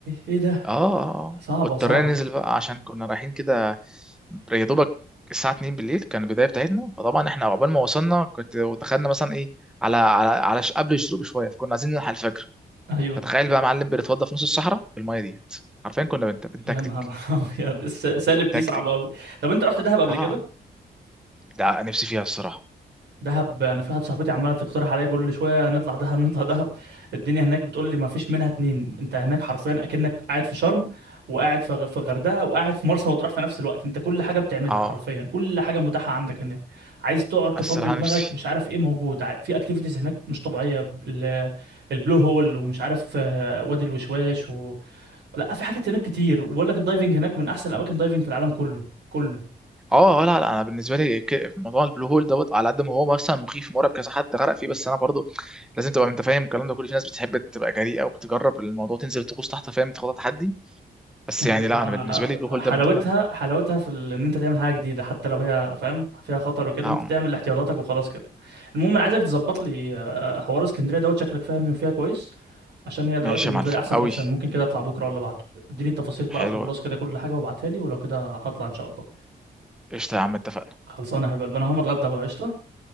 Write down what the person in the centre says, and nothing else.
اه اه اه
واضطرينا
ننزل بقى عشان كنا رايحين كده يا دوبك الساعه 2 بالليل كان البدايه بتاعتنا فطبعا احنا عقبال ما وصلنا كنت ودخلنا مثلا ايه على على على ش- قبل الشروق بشويه فكنا عايزين نلحق الفجر
فتخيل بقى معلم بنتوضى في نص الصحراء بالميه ديت عارفين كنا بنت... بنتكتك
بنتكتك
اه
ده نفسي فيها الصراحه
اه
الصراحه
نفسي
اه آه، لا لا انا بالنسبه لي ك- موضوع البلو هول دوت على قد ما هو مثلا مخيف مرعب كذا حد غرق فيه بس انا برضو لازم تبقى انت فاهم الكلام ده كله في ناس بتحب تبقى جريئه وبتجرب الموضوع تنزل تغوص تحت فاهم تاخد تحدي بس
يعني لا انا بالنسبه لي البلو هول
ده من ضمن انا
اه
ماشي
يا معلم
قوي
حلوه
قشطه يا عم اتفقنا